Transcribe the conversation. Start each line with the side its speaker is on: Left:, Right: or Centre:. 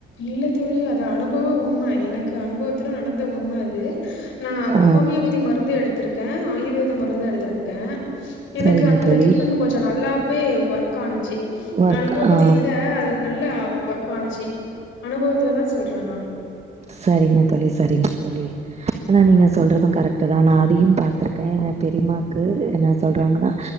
Left: இல்ல தோழி அது அனுபவோ உண் எனக்கு அனுபவத்துல நடந்த உண்ம அது நா
Right: ஆ
Left: ஹோமியோபதி மருந்து எடுத்திருக்கே ஆயுர்வேத மருந்து எடுத்திருக்கே எனக்கு
Right: சரிங்க
Left: அந்த
Right: தோழி.
Left: ட்ரீட்மெண்ட் கொஞ்சோ நல்லாவே ஒர்க் ஆனுச்சு
Right: ஒர்க்
Left: அலோபதிய
Right: ஆ
Left: விட அது நல்ல ஒர்க ஆனுச்சு அனுபவத்துல தா சொல்றே நா
Right: சரிங்க தோழி சரிங்க தோழி ஆனா நீங்க சொல்றதும் கரெக்ட் தா நா அதையும் பாத்திருக்கே எங்க பெரியமாக்கு என்ன சொல்றாங்கன்னா